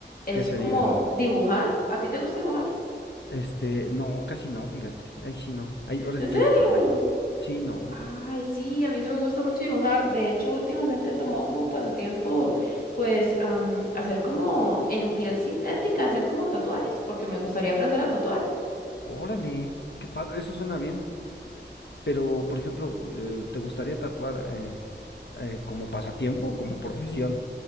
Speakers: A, on the left (about 50°); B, on the left (about 70°).
A: es
B: ¿Qué sería?
A: como dibujar. ¿A ti te gusta dibujar?
B: Este, no, casi no, fíjate. Ahí sí no. Ahí, ahora
A: ¿En
B: sí que
A: serio?
B: ahí sí te fallo. Sí, no.
A: Ay, sí, a mí sí me gusta mucho dibujar. De hecho, últimamente he tomado como pasatiempo, pues, am, hacer como en piel sintética, hacer como tatuajes, porque me gustaría aprender a tatuar.
B: Órale, qué padre, eso suena bien. Pero, por ejemplo, eh, ¿te gustaría tatuar eh, eh, como pasatiempo o como profesión?